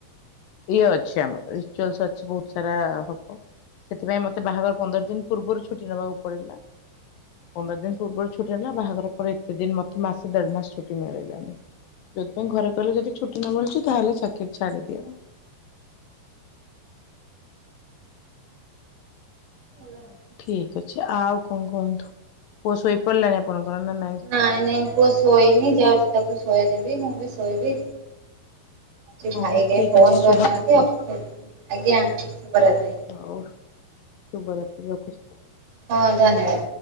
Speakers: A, on the left; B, on the right.
A: ଇଏ ଅଛି ଆମର ରିଚୁଆଲସ୍ ଅଛି ବହୁତ୍ ସ୍ ସାରା ହବ ସେଥିପାଇଁ ମତେ ବାହାଘର ପନ୍ଦର ଦିନ ପୂର୍ବରୁ ଛୁଟି ନେବାକୁ ପଡ଼ିଲା। ପନ୍ଦର ଦିନ ପୂର୍ବରୁ ଛୁଟି ହେଲା ବାହାଘର ପରେ ଏତେ ଦିନ ମତେ ମାସେ ଦେଢ଼ ମାସ ଛୁଟି ମିଳିଲାନି। ଯୋଉଥିପାଇଁ ଘରେ କହିଲେ ଯଦି ଛୁଟି ନ ମିଳୁଚି ତାହେଲେ ଚାକିରି ଛାଡ଼ିଦିଅ।
B: ଭଲ
A: ହଉ
B: କଥା
A: ଠିକ୍ ଅଛି। ଆଉ କଣ କହନ୍ତୁ ପୁଅ ଶୋଇ ପଡ଼ିଲାଣି ଆପଣଙ୍କର ନାଁ
B: ନାଇଁ ନାଇଁ ପୁଅ ଶୋଇନି ଯାଉଚି ତାକୁ ଶୋଆଇଦେବି ମୁଁ ବି ଶୋଇବି। ଏ
A: ହଉ
B: ଭାଇ କେହି
A: ଠିକ୍
B: ଫୋନ୍
A: ଅଛି ଶୁଭରାତ୍ରି
B: କରିନାହାନ୍ତି ଅଫି ଆଜ୍ଞା ଶୁଭରାତ୍ରି।
A: ହଉ। ଶୁଭରାତ୍ରି ରଖୁଚି।
B: ହଁ ଧନ୍ୟବାଦ।